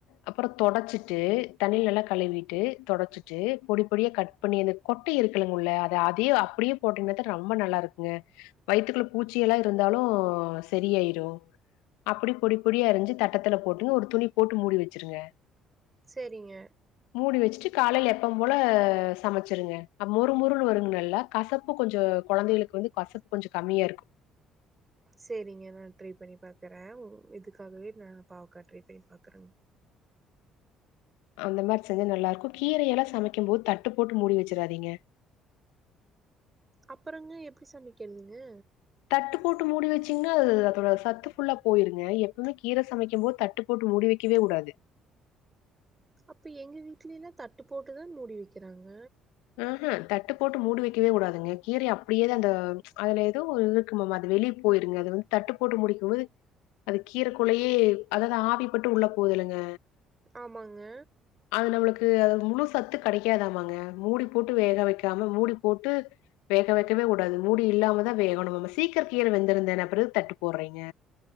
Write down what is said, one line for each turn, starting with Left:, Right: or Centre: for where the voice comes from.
Left: அப்றோ தொடச்சிட்டு தண்ணில நல்லா கழுவிட்டு தொடச்சிட்டு பொடி பொடியா கட் இப்ப நீ அந்த கொட்டை இருக்குலங்க உள்ள அத அதே அப்டியே போட்டீங்னாதா ரொம்ப நல்லா இருக்குங்க வயித்துக்குள்ள பூச்சி எல்லா இருந்தாலு செரியாயிரும் அப்டி பொடி பொடியா அரிஞ்சு தட்டத் <unintelligible> போட்டு ஒரு துணி போட்டு மூடி வச்சிருங்க
Right: சேரிங்க
Left: மூடி வச்சுட்டு காலையில எப்பவு போல சமச்சிருங்க அ மொறு மொறுன்னு வருங்க நல்லா கசப்பு கொஞ்ச கொழந்தைகளுக்கு வந்து கசப்பு கொஞ்ச கம்மியா இருக்கு
Right: செரிங்க நா ட்ரை பண்ணி பாக்கறே உ இதுக்காகவே நா பாவக்கா ட்ரை பண்ணி பாக்குறே
Left: அந்த மாரி செஞ்சா நல்லா இருக்க கீரையெல்லா சமைக்கும் போது தட்டு போட்டு மூடி வச்சிறாதீங்க
Right: அப்றங்க எப்டி சமைக்றது
Left: தட்டு போட்டு மூடி வச்சிங்கன்னா அது அதோட சத்து ஃபுல்லா போயிருங்க எப்பவுமே கீர சமைக்கும் போது தட்டுப் போட்டு முடிவைக்கவே உடாது
Right: அப்ப எங்க வீட்லேயும் தட்டு போட்டுதான் மூடி வைக்கிறாங்க
Left: ஆ தட்டு போட்டு மூடி வைக்கவே உடாதுங்க கீரய அப்டியே தான் அந்த அதுல ஏதோ இது இருக்குமாமா அது வெளி போயிருங்க அத வந்து தட்டு போட்டு மூடி வைக்கும்போது அது கீரக்குலையே அதாவது ஆவி பட்டு உள்ள போது இல்லங்க
Right: ஆமாங்க
Left: அது நம்மளுக்கு அது முழு சத்து கடைக்காதாமங்க மூடி போட்டு வேக வைக்காம மூடி போட்டு வேக வைக்கவே உடாது மூடி இல்லாமதான் வேகணுமாம சீக்கிரோ கீர வெந்துருந்தான அப்ற எதுக்கு தட்டு போடுறீங்க